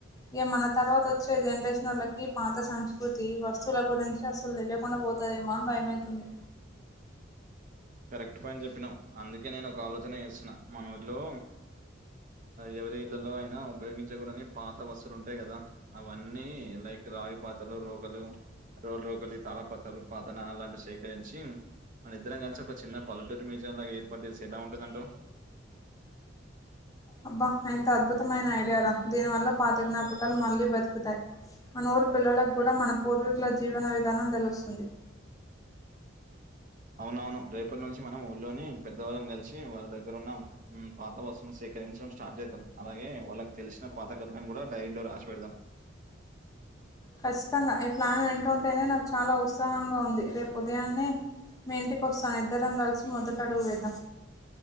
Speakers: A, on the left (about 20°); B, on the right (about 40°).
A: ఇక మన తర్వాత వచ్చే జనరేషన్ వాళ్లకి పాత సంస్కృతి వస్తువుల గురించి అసలు తెలియకుండా పో తదేమోని భయమవుతుంది
B: కరెక్ట్ పాయింట్ చెప్పినవ్ అందుకే నేను ఒక ఆలోచన చేస్తున్నా మనూర్లో ఎవరి ఇళ్లలో అయినా ఉపయోగించకూడని పాత వస్తువులు ఉంటయి కదా అవన్నీ లైక్ రాగి పాత్రలు రోక్ లు రోల్ రోకలి తాళపత్రాలు పాత అలాంటివి సేకరించి మన ఇద్దరం కలిసి ఒక చిన్న పలేటురీ మ్యూజియం లాగ ఏర్పాటు చేస్తే ఎలా ఉంటదంటవు
A: అబ్బా ఎంత అద్భుతమైన ఐడియారా దీనివల్ల పాత జ్ఞాపకాలు మళ్ళీ బతుకుతాయి మన ఊరు పిల్లలకు కూడా మన పూర్వీకుల జీవన విధానం తెలుస్తుంది
B: అవునవును రేపటి నుంచి మనం ఊర్ళోని పెద్దవాళ్ళని కలిసి వాళ్ళ దగ్గరున్నా పాత వస్తువును సేకరించడం స్టార్ట్ చేద్దాం అలాగే వాళ్ళకి తెలిసిన పాత కథలను కూడా డైరీలో రాసి పెడదాం
A: ఖచ్చితంగా ఈ ప్లాన్ వింటుంటేనే నాకు చాలా ఉత్సాహంగా ఉంది రేపు ఉదయాన్నే మీ ఇంటికి వస్తాను ఇద్దరం కలిసి మొదటడుగు వేద్దాం